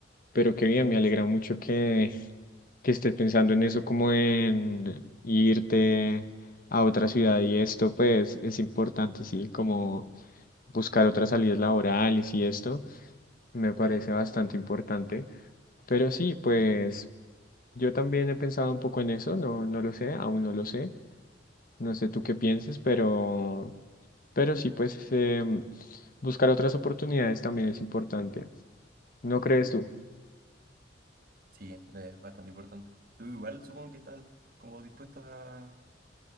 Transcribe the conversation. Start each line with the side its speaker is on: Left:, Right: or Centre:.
Left: pero qué bien, me alegra mucho que que estés pensando en eso como en irte a otra ciudad y esto, pues es importante, sí, como buscar otras salidas laborales y esto, me parece bastante importante. Pero sí, pues yo también he pensado un poco en eso, no, no lo sé, aún no lo sé, no sé tú qué pienses, pero, pero sí, pues em, buscar otras oportunidades también es importante, ¿no crees tú?
Right: Sí, es bastante importante. Tú igual supongo que estás como dispuesto a,